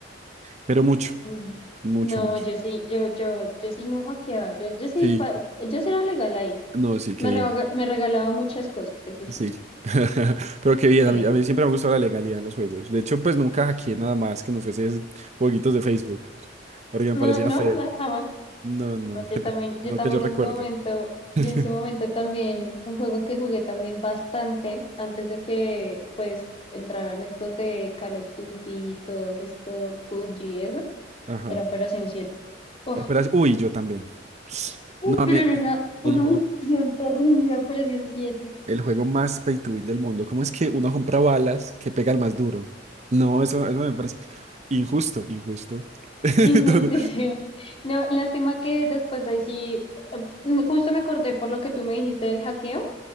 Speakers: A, on the right; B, on the left.
A: Pero mucho,
B: Mm.
A: mucho,
B: No,
A: mucho.
B: yo sí, yo, yo, yo sí no hackeaba, yo, yo sí,
A: Sí,
B: pa- yo sí era legal ahí.
A: no, sí, qué
B: Me,
A: bien.
B: rega- me regalaba muchas cosas, eso sí,
A: Sí. <laughs> Pero qué bien,
B: sí,
A: a mí, a mí
B: sí.
A: siempre me gustó la legalidad en los juegos. De hecho, pues nunca hackeé nada más que no fuese esos jueguitos de Facebook, porque me
B: No,
A: parecía
B: no,
A: feo.
B: no, jamás.
A: No, no,
B: No,
A: cre-
B: yo también, yo
A: no
B: también
A: que yo recuerde.
B: en su momento, yo
A: <laughs>
B: en su momento también, un juego que jugué también bastante antes de que pues entraran estos de Call of Duty, todos estos PUBG, eso.
A: Ajá.
B: Era Operación siete, Uf,
A: Operación. Uy, yo también.
B: uh,
A: No, a
B: pero
A: mí
B: era una, una
A: el juego.
B: adicción terrible, Operación siete
A: El juego más pay to win del mundo. ¿Cómo es que uno compra balas que pega al más duro? No, eso, eso me parece injusto, injusto. <laughs>
B: Injusticia.
A: No, no.
B: No, lástima que después ahí sí, eh, justo me acordé por lo que tú me dijiste del hackeo,